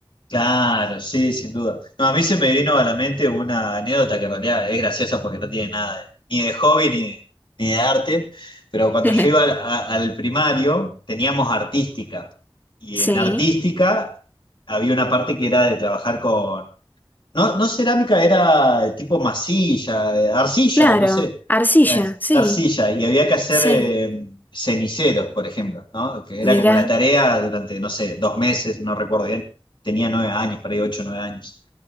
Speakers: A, on the left; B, on the left.
A: Claro, sí, sin duda. No, a mí se me vino a la mente una anécdota que en realidad es graciosa porque no tiene nada de- ni de hobby ni de, ni de arte, pero cuando
B: <laughs>
A: yo iba al, a- al primario teníamos artística y
B: Sí,
A: en artística había una parte que era de trabajar con no, no cerámica, era tipo masilla, eh, arcilla,
B: claro,
A: no sé,
B: arcilla,
A: eh,
B: sí,
A: arcilla, y había que hacer
B: sí,
A: eh, ceniceros, por ejemplo, ¿no? Que era
B: mirá,
A: como la tarea durante, no sé, dos meses, no recuerdo bien, tenía nueve años, por ahí ocho, nueve años.